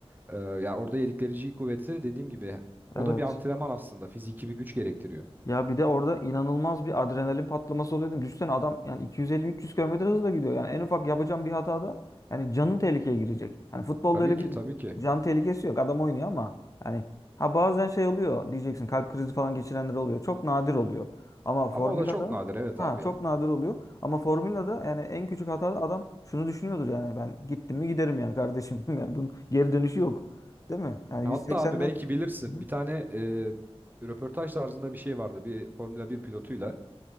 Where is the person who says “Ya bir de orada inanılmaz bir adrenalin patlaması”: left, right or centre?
Left